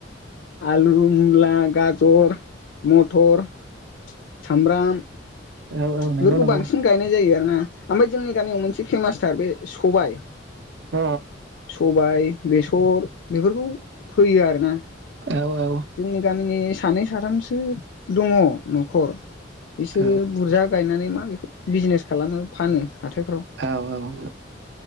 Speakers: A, on the left; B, on the right.
A: आलु मुला गाजर मटर सामब्राम
B: औ औ नंगौ
A: बेफोरखौ
B: नंगौ
A: बांसिन गायनाय जायो आ नो ओमफाय जोंनि गामियाव मोनसे फेमासथार बे सबाइ
B: अ
A: सबाइ बेसर बेफोरखौ फोयो आरोना
B: औ औ
A: जोंनि गामिनि सानै साथामसो दङ' न'खर इसोरो
B: औ
A: बुरजा मा बेखौ बिजनेस खालामो फानो। हाथायफ्राव
B: औ औ